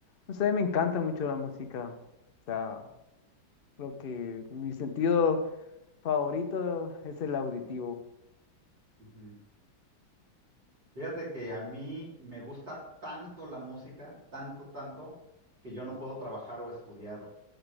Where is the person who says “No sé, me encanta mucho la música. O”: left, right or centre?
Left